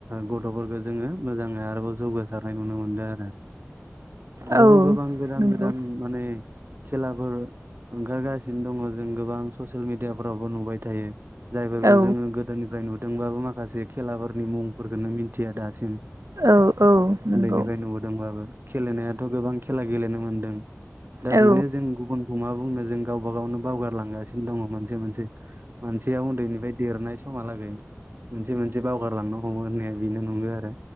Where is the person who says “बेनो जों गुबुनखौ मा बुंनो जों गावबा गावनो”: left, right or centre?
Right